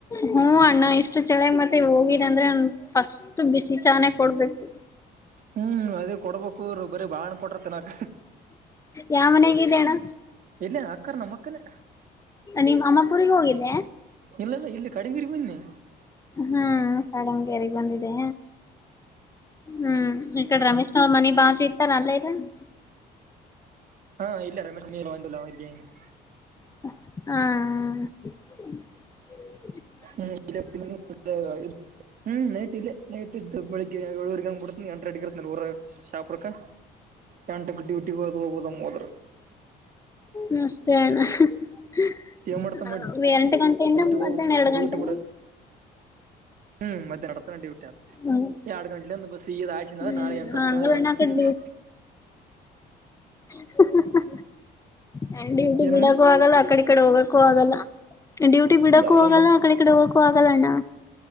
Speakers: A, on the left; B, on the right.
A: ಹೂಂ ಅಣ್ಣ ಇಷ್ಟು ಚಳಗ್ ಮತ್ತೆ ಹೋಗಿದ್ ಅಂದ್ರೆ ಅವ್ನ್ ಫಸ್ಟ್ ಬಿಸಿ ಚಾನೆ ಕೊಡ್ಬೇಕು.
B: ಹ್ಮ್ ಅದೇ ಕೊಡ್ಬೇಕು ಇವ್ರು ಬರೀ ಬಾಳೆಣ್ಣ ಕೊಟ್ರ ತಿನ್ನಾಕ.
A: ಯಾವ್ ಮನೆಗಿದೆ ಅಣ್ಣ?
B: ಎಲ್ಲೇ ಆಕ್ಕರ್ ನಮ್ಮಕ್ಕನೆ.
A: ನೀವು ಅಮ್ಮಾಪುರಿಗೆ ಹೋಗಿದ್ದೆ?
B: ಇಲ್ಲಲ್ಲ ಇಲ್ಲಿ ಕಡಿಮಗಿರಿ ಬನ್ನಿ
A: ಹ್ಮ್ ಕಾಡಂಗೇರಿಗೆ ಬಂದಿದೆ ಹ್ಮ್ ಈಕಡೆ ರಮೇಶ್ನ ಅವ್ರು ಮನಿ ಬಾಳ್ಸಿಗ್ತಾರ ಅಲ್ಲೇಯಾರೇನ್.
B: ಹಾ ಇಲ್ಲ ರಮೆಶ ಮನೆ ನೀ ಇದ್ದ. <unintelligible>
A: ಹಾಂ
B: ಹ್ಮ. <unintelligible> ಹ್ಮ್ ನೈಟ್ ಇಲ್ಲೆ ನೈಟ್ ಇದ್ದ ಬೆಳಿಗ್ಗೆ ಏಳೂವರ್ಗಿ ಹಂಗ್ ಬಿಡ್ತಿನಿ ಎಂಟ್ಗಂಟಿಗಿರ್ತಿನಿ ಊರಾಗ. ಶಾಪೂರ್ಕ ಎಂಟಕ್ಕ ಡ್ಯೂಟಿ ಹೋದ್ ಹೋಬೋದಮ್ಮ್ ಹೋದರ.
A: ನಮಸ್ತೆ ಅಣ್ಣಾ ಹ್ ಹ್ಹ
B: ಏನ್ ಮಾಡ್ತಮ್ಮ
A: ಹ್ಹ್ ಎಂಟಗಂಟೆ ಟೆಇಂದ
B: ಡ್ಯೂಟಿ ಹೋಗ್ಬೇಕ
A: ಮದ್ಯಾನ ಎರಡ ಗಂಟೆನ.
B: ಡ್ಯೂಟಿ ಬಿಡಕ್ ಹ್ಮ್ ಮಧ್ಯಾನಟತನ ಡ್ಯೂಟಿ ಆದ
A: ಹ್ಮ್
B: ಎರಡು ಗಂಟಲಿಂದ ಬಸ್ ಸೀದಹಾಸಿನಂದ್ರ
A: ಹ್ಮ್
B: ನಾಳೆ ಎಂ <unintelligible>
A: ಹಂಗಲ್ಲಣ್ಣ
B: ಹ್ಹ
A: ಆ ಕಡೆ
B: ಹ್ಹ್.
A: ಹ್ಹ ಹ್ಹ ಹ್ಹ ಡ್ಯೂಟಿ
B: ಏನಮ್ಮ
A: ಬಿಡಕೂ ಆಗಲ್ಲ ಆ ಕಡೆ ಈ ಕಡೆ ಹೋಗಕೂ ಆಗಲ್ಲ. ಡ್ಯೂಟಿ ಬಿಡಕು
B: ಎಲ್ಲ
A: ಆಗಲ್ಲ ಆ ಕಡೆ ಈ ಕಡೆ ಹೋಗಕ್ಕು ಆಗಲ್ಲ ಅಣ್ಣಾ.